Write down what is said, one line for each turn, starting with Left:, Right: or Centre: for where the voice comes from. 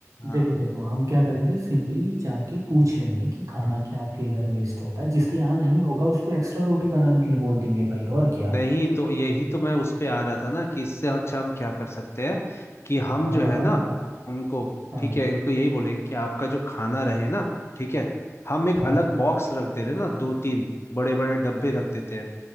Left: हाँ
Right: देखो देखो हम क्या करेंगे सिंपली जाके पूछ लेंगे कि खाना क्या आपके इधर वेस्ट होता है जिसके यहाँ नहीं होगा उसको एक्स्ट्रा रोटी बनाने के लिए बोल देंगे भाई और क्या
Left: नहीं तो यही तो मैं उस पे आ रहा था ना कि इससे अच्छा हम क्या कर सकते हैं कि हम
Right: हाँ
Left: जो
Right: बताओ
Left: है ना
Right: ना
Left: उनको
Right: हाँ
Left: ठीक है इनको यही बोलेंगे कि आपका जो खाना रहे ना ठीक है हम एक
Right: हाँ
Left: अलग बॉक्स रख दे रहे हैं ना दो तीन बड़े बड़े डब्बे रख देते हैं